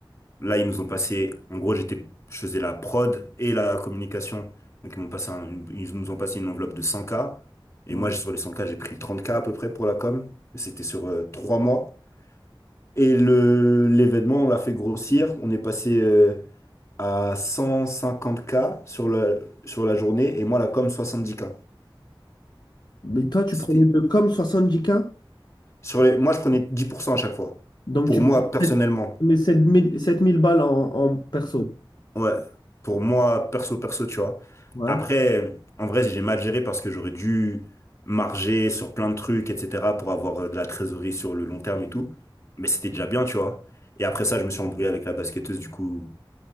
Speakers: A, on the left (about 35°); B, on the left (about 55°).
A: là, ils nous ont passé. En gros, j'étais, je faisais la prod et la communication. Donc, ils m'ont passé un- une- ils nous ont passé une enveloppe de 100K. Et
B: Ouais.
A: moi, sur les 100K, j'ai pris 30K à peu près pour la com. Mais C'était sur euh, trois mois. Et le, l'événement, on l'a fait grossir. On est passé euh, à 150K sur la, sur la journée. Et moi, la com, 70K.
B: Mais toi, tu
A: C'était,
B: prenais de comme soixante dix k
A: sur les, moi, je prenais 10% à chaque fois.
B: donc
A: Pour
B: tu
A: moi,
B: prenais
A: personnellement.
B: sept- prenais sept mille sept mille balles en, en perso.
A: Ouais, pour moi, perso, perso, tu vois.
B: Ouais.
A: Après, en vrai, j'ai mal géré parce que j'aurais dû marger sur plein de trucs, etc., pour avoir euh, de la trésorerie sur le long terme et tout. Mais c'était déjà bien, tu vois. Et après ça, je me suis embrouillé avec la basketteuse, du coup,